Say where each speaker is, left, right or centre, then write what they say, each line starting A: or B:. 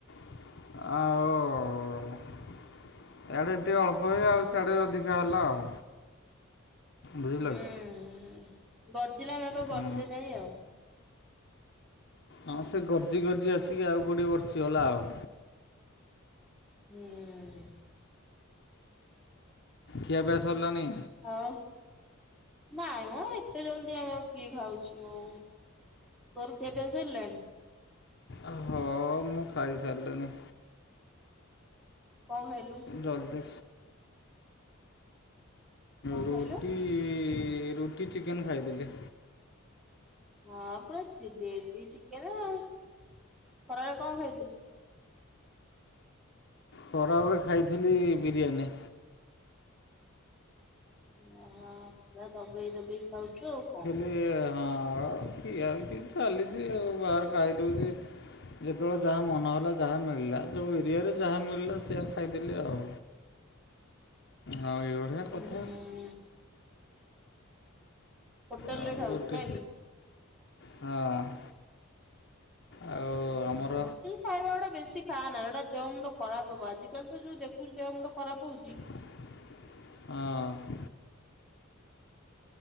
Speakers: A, on the left; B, in the centre.
A: ଆଉ ଉ ଇଆଡେ ଟିକେ ଅଳ୍ପ ହୁଏ ଆଉ ସିଆଡେ ଅଧିକା ହେଲା ଆଉ। ବୁଝିଲ
B: ହୁଁ
A: କି
B: ଗର୍ଜିଲା ମେଘ
A: ହୁଁ।
B: ବର୍ଷେ ନାଇଁ ଆଉ।
A: ହଁ ସେ ଗର୍ଜି ଗର୍ଜି ଆସିକି ଆଉ କୋଉଠି ବର୍ଷଗଲା ଆଉ।
B: ହୁଁ।
A: ଖିଆ ପିଆ ସରିଲାଣିି?
B: ହଉ ନାଇଁ ମ ଏତେ ଜଲଦି ଆମର କିଏ ଖାଉଛି ହଉ। ତୋର ଖିଆପିଆ ସରିଲାଣି?
A: ଅ ହୋ ମୁଁ ଖାଇ ସାରିଲିନି।
B: କଣ ଖାଇଲୁ?
A: ଜଲଦି।
B: କଣ
A: ରୁଟି
B: ଖାଇଲୁ?
A: ଇ ରୁଟି, ଚିକେନ ଖାଇଥିଲି।
B: ହଁ ପା ଚି ଡେଲି ଚିକେନ ଆଉ ଖରାବେଳେ କଣ ଖାଇଥିଲୁ?
A: ଖରାବେଳେ ଖାଇଥିଲି ବିରିୟାନୀ।
B: ହ ପୁରା ଦବେଇ ଦବେଇ ଖାଉଛୁ ଆଉ କଣ।
A: ଏଇ ହଁ ଖିଆଖି ଚାଲିଛି ଆଉ ବାହାରେ ଖାଇଦଉଛି। ଯେତେବେଳେ ଯାହା ମନ ହେଲା ଯାହା ମିଳିଲା ଯୋଉ ଏରିଆରେ ଯାହା ମିଳିଲା ସେଇଆ ଖାଇଦେଲି ଆଉ। ଆଉ ଏଭଳିଆ
B: ହୁଁ
A: କଥା।
B: ହୁଁ। ହୋଟେଲ
A: ଆଉ
B: ରେ ଖାଉଛୁ
A: ଗୋଟେ
B: ନାଇଁ କି?
A: ହଁ। ଆଉ
B: ହୁଁ
A: ଆମର
B: ହ ସେ ଖାଇବା ଗୁଟା ବେଶୀ ଖାଆନା ହେଡା ଦେହ ମୁଣ୍ଡ ଖରାପ ହବ ଆଜିିକାଲି ତ ଯୋଉ ଦେଖୁଚୁ ଦେହ ମୁଣ୍ଡ ଖରାପ ହଉଛି
A: ହଁ।